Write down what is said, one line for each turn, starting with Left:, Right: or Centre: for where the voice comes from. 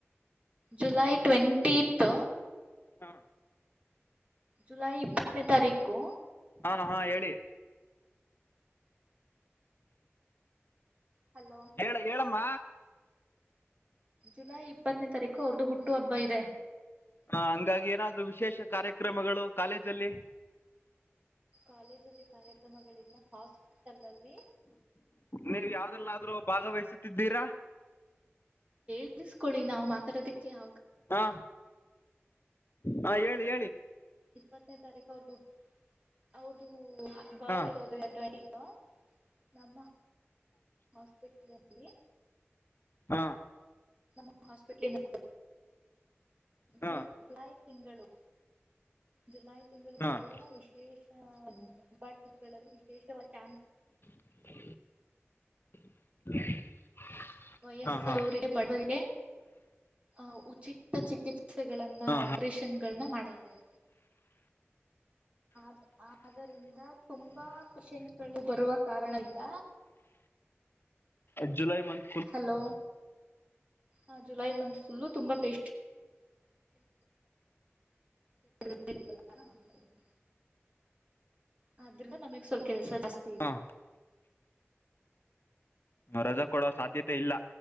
Right: ಜುಲೈ ಟ್ವೆಂಟಿತ್ತ
Left: ಹಾ
Right: ಜುಲೈ ಇಪ್ಪತ್ತನೇ ತಾರೀಕು.
Left: ಹಾ ಹಾ ಹೇಳಿ.
Right: ಹಲೋ
Left: ಹೇಳ ಹೇಳಮ್ಮ
Right: ಜುಲೈ ಇಪ್ಪತ್ತನೇ ತಾರೀಕು ಅವ್ರ್ದು ಹುಟ್ಟು ಹಬ್ಬ ಇದೆ.
Left: ಹ ಹಂಗಾಗಿ ಏನಾದ್ರು ವಿಶೇಷ ಕಾರ್ಯಕ್ರಮಗಳು ಕಾಲೇಜಲ್ಲಿ
Right: ಕಾಲೇಜಲ್ಲಿ ಕಾರ್ಯಕ್ರಮಗಳಿಲ್ಲ ಹಾಸ್ಪಿಟಲ್ ಅಲ್ಲಿ
Left: ನೀವ್ ಯಾವ್ದಲ್ಲಾದ್ರೂ ಭಾಗವಹಿಸುತ್ತಿದ್ದೀರಾ.
Right: ತಿಳಿಸ್ಕೊಳ್ಳಿ ನಾವ ಮಾತಾಡೋದಕ್ಕೆ ಅವಾಗ
Left: ಹಾ ಹಾ ಹೇಳಿ ಹೇಳಿ.
Right: ಇಪ್ಪತ್ತನೇ ತಾರೀಕು ಅವ್ರದು ಅವ್ರದು ಬರ್ಡ್
Left: ಹಾ
Right: ಇರೋದುಟ್ಂಟಿತ್ತು. ನಮ್ಮ ಹಾಸ್ಪಿಟಲಲ್ಲಿ
Left: ಹ
Right: ನಮ್ಮ ಹಾಸ್ಪಿಟ್ಲಿನ
Left: ಹಾ
Right: ಜೂ ಜುಲೈ ತಿಂಗಳು. ಜುಲೈ ತಿಂಗಳು
Left: ಹಾ
Right: ಪೂರ ವಿಶೇಷ ಅಪಾರ್ಟ್ಮೆಂಟ್ಗಳಲ್ಲಿ ವಿಶೇಷ್ಯಾಂಪ್
Left: <inaudible>
Right: ವಯಸ್ಸ
Left: ಹಾ
Right: ರ ಅವರಿಗೆ ಬಡವರಿಗೆ ಅ ಉಚಿತ ಚಿಕಿತ್ಸೆ ಸ್ಯೆಗಳನ್ನ
Left: ಹಾ
Right: ಆಪರೇಷನ್ಗಳನ್ನ
Left: ಹಾ
Right: ಮಾಡಾರೆ. ಆದ ಆದರಿಂದ ತುಂಬಾ ಪೆಷೆಂಟ್ಗಳು ಬರುವ ಕಾರಣದಿಂದ
Left: ಜುಲೈ ಮಂತ
Right: ಹಲೋ ಹಾ ಜುಲೈ ಮಂತ್ ಫುಲ್ಲ ತುಂಬಾ <unintelligible> ಎಪಲ್ಲ ಹ <unintelligible> ಅದ್ರಿಂದ ನಮಗ್ ಸ್ವಲ್ ಕೆಲ್ಸ ಜಾಸ್ತಿ. ಇದೆ
Left: ಹಾ ರಜ ಕೊಡೋ ಸಾಧ್ಯತೆ ಇಲ್ಲ